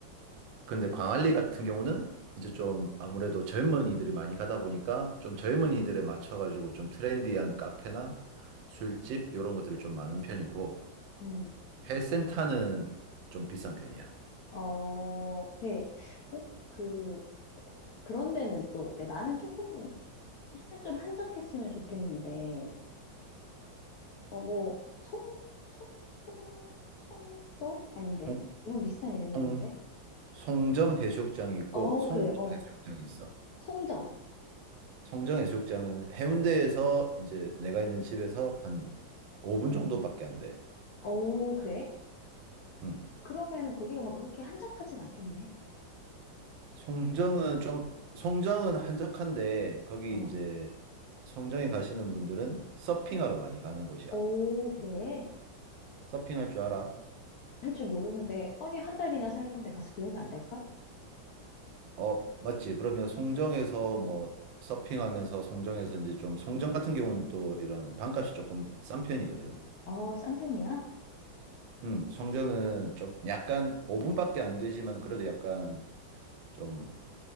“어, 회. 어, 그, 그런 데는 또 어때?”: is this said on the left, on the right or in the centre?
Left